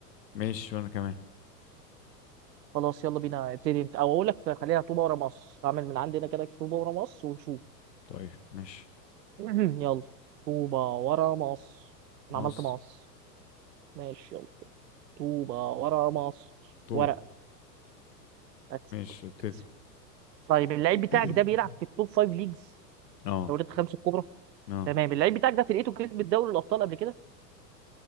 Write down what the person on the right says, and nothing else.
خلاص يلا بينا ابتدي انت او اقول لك خليها طوبه ورا مصر اعمل من عندنا كده طوبه ورا مصر ونشوف
<clears throat> يلا طوبه ورا مصر انا
عملت مصر ماشي يلا طوبه ورا مصر
ورق أكسب.
أكسب. طيب اللعيب
بتاعك ده بيلعب في التوب
فايف ليجز
دوريات الخمسه الكبرى
تمام اللعيب بتاعك ده فرقته كسبت دوري الابطال قبل كده